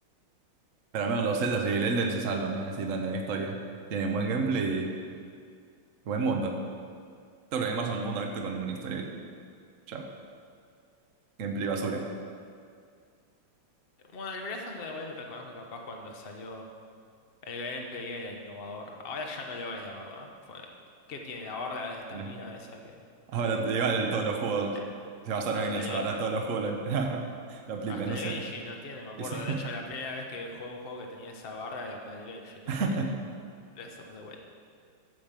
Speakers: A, on the right (about 50°); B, on the left (about 40°).
A: Pero al menos los Zeldas y el Elden se salvan, no necesitan de la historia. Tienen buen gameplay y buen mundo. Todo lo demás son mundo abierto con historia y chao. Gameplay basura.
B: Bueno, el Breath of the Wild reconozco que capaz cuando salió el gameplay era innovador. Ahora ya no lo es, la verdad. Fue- ¿qué tiene la barra de esta
A: Y no.
B: mina esa que
A: Ahora igual todos los juegos
B: eh,
A: se basaron
B: hasta
A: en eso,
B: el, Ge-
A: ahora todos los juegos lo, impl- <laughs> lo aplican,
B: hasta
A: no
B: el
A: sé.
B: Genshin lo tiene, me acuerdo.
A: Y sí.
B: De hecho, la primera vez que jugué un juego que tenía esa barra era con el Genshin, no
A: <laughs>
B: con el Breath of the Wild.